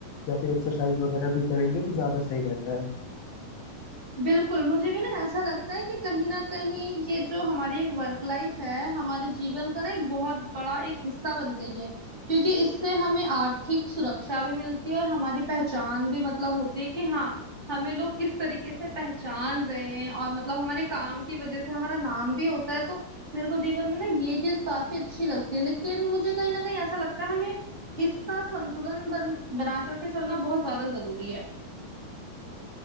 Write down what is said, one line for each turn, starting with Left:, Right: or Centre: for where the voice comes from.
Left: या फिर एक्सरसाइज वगैरह भी करेंगे तो ज्यादा सही रहता है
Right: बिल्कुल मुझे भी ना ऐसा लगता है कि कहीं ना कहीं ये जो हमारी एक वर्क लाइफ है हमारे जीवन का ना एक बहुत बड़ा एक हिस्सा बन गई है क्योंकि इससे हमें आर्थिक सुरक्षा भी मिलती है और हमारी पहचान भी मतलब होती है कि हाँ हमें लोग किस तरीके से पहचान रहे हैं और मतलब हमारे काम की वजह से हमारा नाम भी होता है तो मेरे को जीवन में ना ये चीज काफी अच्छी लगती है लेकिन मुझे कहीं ना कहीं ऐसा लगता है हमें इसका संतुलन बन बना करके चलना बहुत ज्यादा जरूरी है